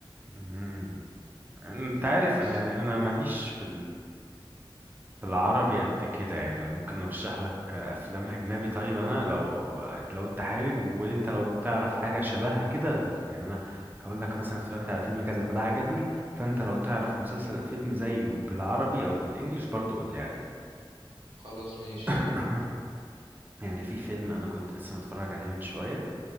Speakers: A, on the right; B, on the right.
A: مم. انت عارف
B: بس
A: يعني انا ماليش في في العربي قد كده يعني انا ممكن ارشح لك افلام اجنبي طيب انا لو لو انت حابب وانت لو بتعرف حاجه شبهها كده قول لي يعني انا هقول لك مثلا اتفرجت على فيلم كذا فده عجبني فانت لو تعرف مسلسل فيلم زيه بالعربي او بالانجليش برضو قول لي عليه
B: خلاص ماشي
A: <laughs> يعني في فيلم انا كنت لسه متفرج عليه من شويه